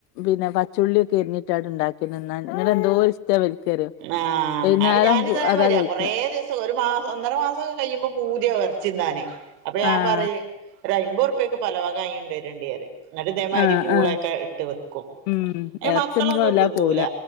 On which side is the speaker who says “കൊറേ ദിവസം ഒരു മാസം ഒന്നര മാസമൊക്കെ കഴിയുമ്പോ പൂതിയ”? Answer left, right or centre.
Right